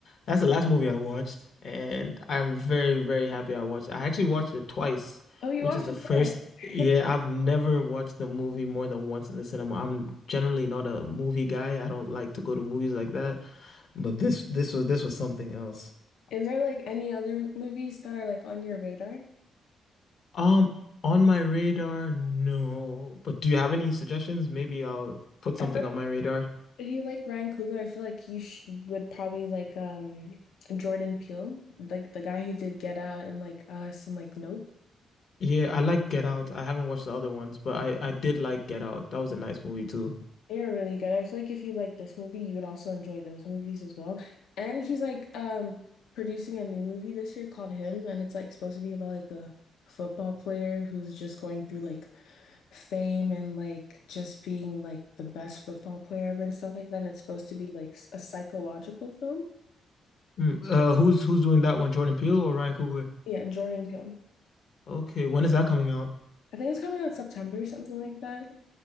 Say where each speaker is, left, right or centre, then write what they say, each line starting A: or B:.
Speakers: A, on the left (about 50°); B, on the left (about 80°).
A: that's the last movie I watched, and I'm very very happy I watched. I actually watched it twice,
B: Oh, you
A: which
B: watched
A: is the
B: it
A: first.
B: twice.
A: Yeah,
B: <laughs>
A: I've never watched the movie more than once in the cinema. I'm generally not a movie guy. I don't like to go to movies like that. But this this was this was something else.
B: Is there like any other movies that are like on your radar?
A: Um, on my radar, no. But do you have any suggestions? Maybe I'll put
B: I
A: something
B: feel like
A: on my radar.
B: if you like Ryan Coogler, I feel like you sh would probably like um Jordan Peele, like the guy who did Get Out and like Us and like Nope.
A: Yeah, I like Get Out. I haven't watched the other ones, but I I did like Get Out. That was a nice movie too.
B: They are really good. I feel like if you like this movie, you would also enjoy those movies as well. And he's like um producing a new movie this year called Him, and it's like supposed to be about like a football player who's just going through like fame and like just being like the best football player ever and stuff like that. it's supposed to be like s- a psychological film.
A: Mm, Uh, who's who's doing that one? Jordan Peele or Ryan Coogler?
B: Yeah, Jordan Peele.
A: Okay, when is that coming out?
B: I think it's coming out September, something like that. <laughs>